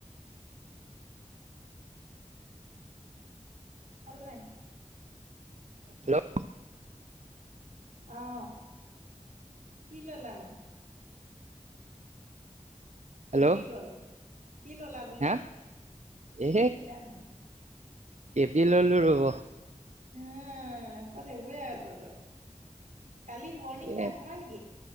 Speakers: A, on the right (about 85°); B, on the right (about 65°).
A: হল নাই?
B: হেল্ল'
A: আহ কি ললা নো?
B: হেল্ল'
A: কেপি গ'ল কি ললা বোলো
B: হা
A: কি
B: এ
A: কিনিলানো
B: কেবি ললো ৰব
A: হা কাল একে আৰু ত তই কালি মৰ্ণিং
B: এ
A: কাটমান নে কি?